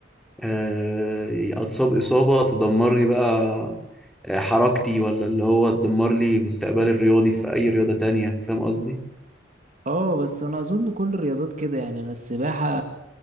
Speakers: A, in the centre; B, on the right (about 40°).
A: آه، اتصاب اصابة تدمرني بقى حركتي ولا اللي هو تدمر لي مستقبلي الرياضي في اي رياضة تانية فاهم قصدي
B: اه بس انا اظن كل الرياضات كده يعني انا السباحه